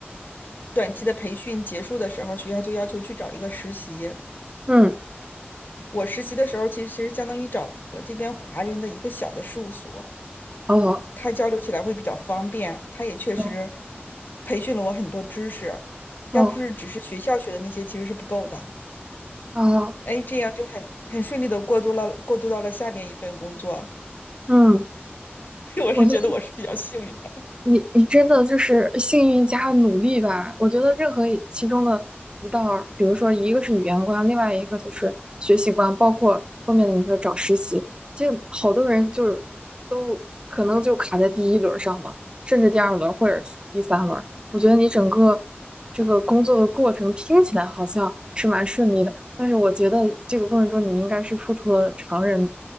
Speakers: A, on the left (about 50°); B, on the right (about 25°).
A: 短期的培训结束的时候，学校就要求去找一个实习。
B: 嗯，
A: 我实习的时候，其实其实相当于找了这边华人的一个小的事务所，
B: 哦，
A: 他交流起来会比较方便。他也确实
B: 对，
A: 培训了我很多知识，要不是只是学校学的那些，
B: 哦
A: 其实是不够的。
B: 哦，
A: 哎，这样就很很顺利的过渡了，过渡到了下边一份工作。
B: 嗯。
A: <laughs> 我是觉得我是比较幸运的，
B: 我就。你你真的就是幸运加努力吧？我觉得任何一其中的一道儿，比如说一个是语言关，另外一个就是学习关，包括后面的你说找实习，这好多人就是都可能就卡在第一轮儿上了，甚至第二轮儿或者是第三轮儿。我觉得你整个这个工作的过程听起来好像是蛮顺利的，但是我觉得这个过程中你应该是付出了常人